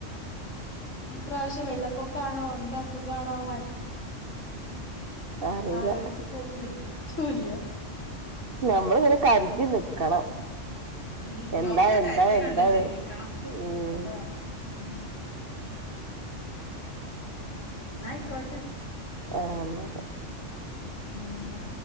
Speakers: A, on the left (about 75°); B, on the right (about 45°).
A: ഇ പ്രാവശ്യം വെള്ളപ്പൊക്കണോ എന്താസുഖണോ മ
B: ആ അറീല
A: ആലോചിച്ചിട്ടൊരു പിടുത്തവുമില്ല.
B: നമ്മളിങ്ങനെ കര്തി നിക്കണം
A: മ്മ്
B: എന്താ
A: ഒക്കെ
B: എന്താ
A: കരുതി
B: എന്താണ്
A: കണ്ടും ജീവിക്കണം
B: ഉം
A: ഇപ്പത്തെ കാ ഉം ന്നാ ആയ്ക്കോട്ടെ
B: ആ ന്നാ
A: മ്മ് ന്നാ